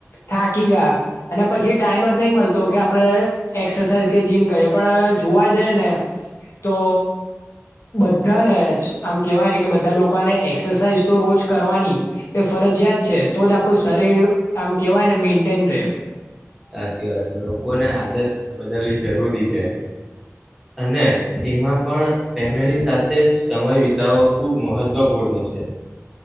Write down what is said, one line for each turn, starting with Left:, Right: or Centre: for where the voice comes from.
Left: થાકી ગયા અને પછી ટાઈમ જ નહી મળતો કે આપડણે એક્સરસાઇઝ કે જીમ કરીએ પણ જોવા જઈએ ને તો બધાને જ આમ કહેવાય ને કે બધા લોકોને એક્સરસાાઈઝ તો રોજ કરવાની એ ફરજિયાત છે તો જ આપણું શરીર આમ કહેવાય ને મેન્ટેન રહે.
Centre: સાચી વાત છે લોકોને આદત વધદલવી જરૂરી છે અને એમાં પણ ફેમિલી સાથે સમય વિ ઓ ખૂબ મહત્વપૂર્ણ છે.